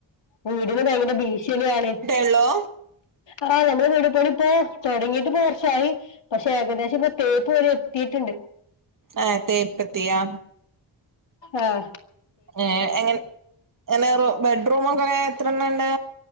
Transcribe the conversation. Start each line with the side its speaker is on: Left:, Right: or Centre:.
Left: വീടിന് ഭയങ്കര ഭീഷണിയാണ്
Right: ഉള്ളൂ
Left: ആഹ് നമ്മള് വീടുപണി ഇപ്പോ തൊടങ്ങീട്ട് ഇപ്പോ കൊറച്ചായി പക്ഷെ ഏകദേശം ഇപ്പൊ തേപ്പ് വരെ എത്തിയിട്ടുണ്ട്
Right: ആഹ് തേപ്പെത്തിയാ
Left: ആഹ്
Right: ഏഹ് എങ്ങൻ എങ്ങനെ ബെഡ്റൂമൊക്കെ എത്ര എണ്ണം ഇണ്ട്?